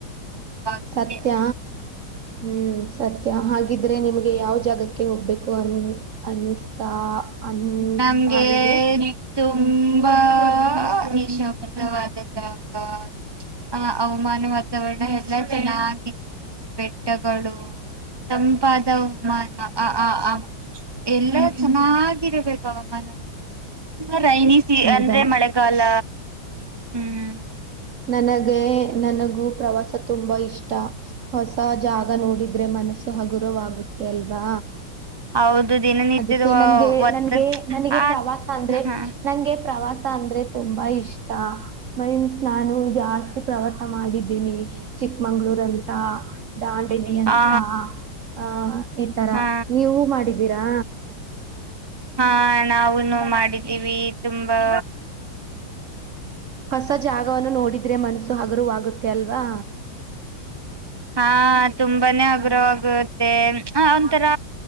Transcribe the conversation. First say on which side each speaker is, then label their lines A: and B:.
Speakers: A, on the right (about 15°); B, on the right (about 65°).
A: <unintelligible>
B: ಸತ್ಯ
A: ಅನ್ನೋ
B: ಹ್ಮ್ ಸತ್ಯ ಹಾಗಿದ್ರೆ ನಿಮ್ಗೆ ಯಾವ ಜಾಗಕ್ಕೆ ಹೋಗ್ಬೇಕು ಅನ್ ಅನ್ಸಾತಾ ಅನಸ್ತ
A: ನಮ್ಗೆ
B: ಇದೆ
A: ತುಂಬಾ ನಿಶಬ್ದವಾದ ಜಾಗ ಆ ಹವಮಾನವಾದ ವಾತಾವರ್ಣ ಎಲ್ಲಾ ಚೆನ್ನಾಗಿರ್ಬೇಕು ಬೆ ಬೆಟ್ಟಗಳು ತಂಪಾದ ವಾ ಹ ಹ ಎಲ್ಲ ಚೆನ್ನಾಗ ಹೆಂಗ ಇರಬೇಕ ಹವಾಮಾನ ತುಂಬಾ ರೈನಿ ಸೀಸ್
B: ಹೌದಾ
A: ಅಂದ್ರೆ ಮಳೆಗಾಲ ಹ್ಮ್
B: ನನಗೆ ನನಗೂ ಪ್ರವಾಸ ತುಂಬಾ ಇಷ್ಟ ಹೊಸ ಜಾಗ ನೋಡಿದ್ದ ದ್ರೆ ಮನಸ್ಸು ಹಗುರವಾಗುತ್ತೆ ಯೆಲ್ಲವ
A: ಹೌದು ದಿನನಿತ್ಯದ
B: ಅದಕ್ಕೆ ನನ್ಗೆ
A: ಒತ್ತ
B: ನನ್ಗೆ ನನಗೆ
A: ಆ
B: ಪ್ರವಾಸ ಅಂದ್ರೆ
A: ಹಾ
B: ನಂಗೆ ಪ್ರವಾಸ ಅಂದ್ರೆ ತುಂಬಾ ಇಷ್ಟ <unintelligible> ನಾನು ಜಾಸ್ತಿ ಪ್ರವಾಸ ಮಾಡಿದ್ದೀನಿ. ಚಿಕ್ಕಮಂಗಳೂರ ಅಂತ ದಾಂಡಲಿ ಅಂತ
A: ಆ
B: ಆ ಈ ತರ
A: ಹಾ
B: ನೀವು ಮಾಡಿದ ಇದ್ದೀರಾ
A: ಹಾ ನಾವುನು ಮಾಡಿದ್ದೀವಿ ತುಂಬಾ
B: ಹೊಸ ಜಾಗವನ್ನು ನೋಡಿದ್ರೆ ಮನಸ್ಸು ಹಗರಾಗುತ್ತೆ ಅಲ್ವಾ
A: ಹಾ ತುಂಬಾನೇ ಹಗುರವಾಗುತ್ತೆ ಹ ಒಂಥರ